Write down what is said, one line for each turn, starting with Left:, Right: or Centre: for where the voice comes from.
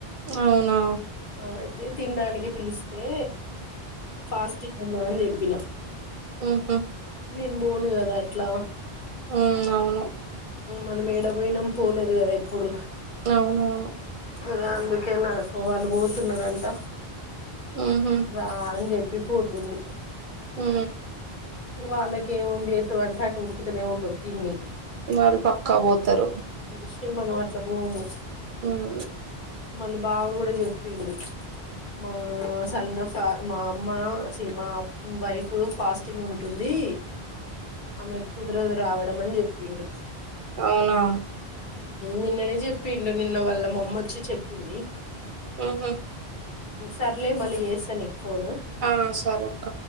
Right: అవునా
Left: ఆ అయితే తినడానికి పిలిస్తే ఫాస్టింగ్ ఉన్నా అని చెప్పిన
Right: ఉహ
Left: నేను బోను గదా అట్లా
Right: ఆ అవును
Left: మనం ఏడ పోయినాం పోలేదు కదా ఎప్పుడు
Right: అవునవును
Left: ఆ అందుకే నా వాళ్ళు పోతున్నారంట
Right: ఉహు
Left: రా అం చెప్ పోతుంది
Right: మ్ హు
Left: వాల్లకేముంది ఎట్టు పడితే అటు ఉరుకుతానే ఉంటరు తిన్నేకి
Right: వాళ్ళు పక్కా పోతారు
Left: మనిషి మనం అట్ల బోము
Right: ఉమ్
Left: మళ్ళీ బావ కూడా చెప్పింది మా సల్న మా అమ్మా ఛీ మా వైఫ్ ఫాస్ స్టింగ్ ఉంటుంది ఆమె కుదరదు రావడం అని చెప్పిండు
Right: అవునా
Left: నిన్ననే చెప్పిండు నిన్న వాళ్ళ మమ్మొచ్చి చెప్పింది
Right: ఉహు
Left: సర్లే మళ్ళి చేస్తా నీకు ఫోను
Right: ఆ సరేక్క